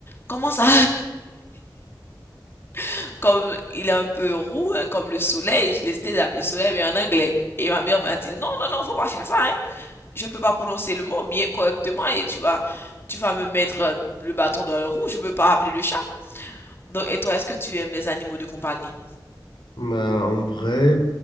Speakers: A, on the left; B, on the left.
A: Comment ça? <laughs> Comme il est un peu roux, hein, comme le soleil, je l'ai décidé d'appeler soleil, mais en anglais. Et ma mère m'a dit, non, non, non, faut pas faire ça, hein. Je ne peux pas prononcer le mot bien correctement et tu vas, tu vas me mettre euh, le bâton dans le roux, je peux pas appeler le chat. Donc, et toi, est-ce que tu aimes les animaux de compagnie?
B: Bah, en vrai,